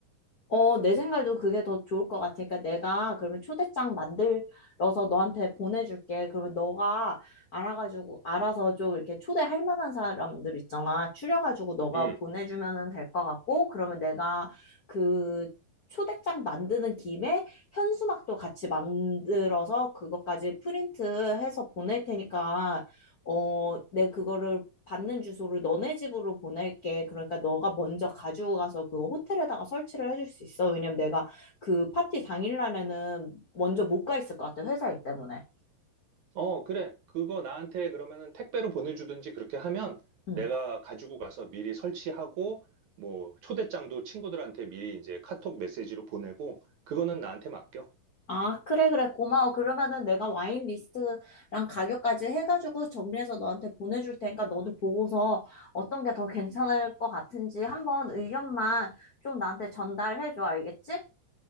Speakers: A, on the left; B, on the right.
A: 어, 내 생각에도 그게 더 좋을 것 같으니까 내가 그러면 초대장 만들어서 너한테 보내줄게. 그러면 너가 알아가지고, 알아서 좀 이렇게 초대할 만한 사람들 있잖아. 추려가지고 너가
B: 음.
A: 보내주면은 될 것 같고, 그러면 내가 그 초대장 만드는 김에 현수막도 같이 만들어서 그것까지 프린트해서 보낼 테니까 어, 내 그거를 받는 주소를 너네 집으로 보낼게. 그러니까 너가 먼저 가지고 가서 그거 호텔에다가 설치를 해줄 수 있어. 왜냐면 내가 그 파티 당일날에는 먼저 못 가 있을 것 같아. 회사 일 때문에.
B: 어, 그래. 그거 나한테 그러면은 택배로 보내주든지 그렇게 하면
A: 응.
B: 내가 가지고 가서 미리 설치하고 뭐 초대장도 친구들한테 미리 이제 카톡 메시지로 보내고 그거는 나한테 맡겨.
A: 아, 그래, 그래. 고마워. 그러면은 내가 와인 리스트랑 가격까지 해가지고 정리해서 너한테 보내줄 테니까 너도 보고서 어떤 게 더 괜찮을 것 같은지 한번 의견만 좀 나한테 전달해줘. 알겠지?